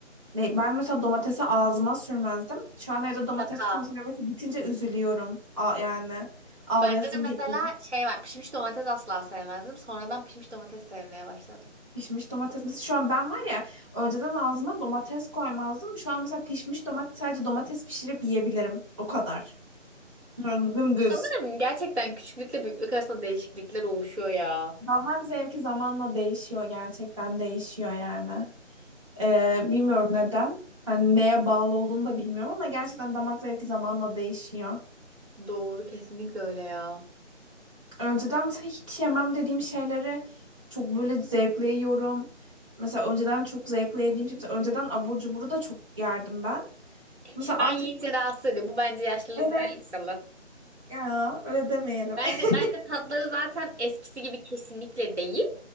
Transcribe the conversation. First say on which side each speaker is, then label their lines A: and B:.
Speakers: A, on the right (about 25°); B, on the right (about 60°).
A: Ne, ben mesela domatesi ağzıma sürmezdim. Şu an evde domates
B: Şaka.
A: konservesi bitince üzülüyorum. A yani ağlayasım
B: Bende de mesela
A: geliyor.
B: şey var. Pişmiş domates asla sevmezdim. Sonradan pişmiş domates sevmeye başladım.
A: Pişmiş domates. Mesela şu an ben var ya önceden ağzıma domates koymazdım. Şu an mesela pişmiş domates sadece domates pişirip yiyebilirim. O kadar. Yani Dümdüz.
B: Sanırım gerçekten küçüklükle büyüklük arasında değişiklikler oluşuyor ya.
A: Damak zevki zamanla değişiyor. Gerçekten değişiyor yani. Ee, bilmiyorum neden. Hani neye bağlı olduğunu da bilmiyorum ama gerçekten damak zevki zamanla değişiyor.
B: Doğru kesinlikle öyle ya.
A: Önceden mesela hiç yemem dediğim şeyleri çok böyle zevkle yiyorum. Mesela önceden çok zevkle yediğim şey. Mesela önceden abur cuburu da çok yerdim ben. Mesela
B: Şimdi ben
A: artık
B: yiyince rahatsız ediyor. Bu bence yaşlılıkla
A: evet
B: alakalı.
A: ya öyle demeyelim.
B: Bence
A: <laughs>
B: bence tatları zaten eskisi gibi kesinlikle değil.